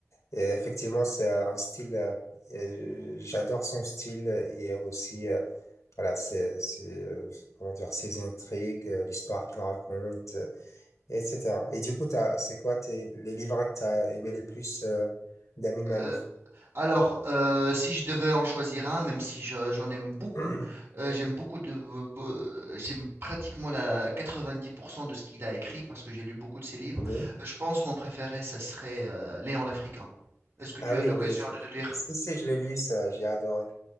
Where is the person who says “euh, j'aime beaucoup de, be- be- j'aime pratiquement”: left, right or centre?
Right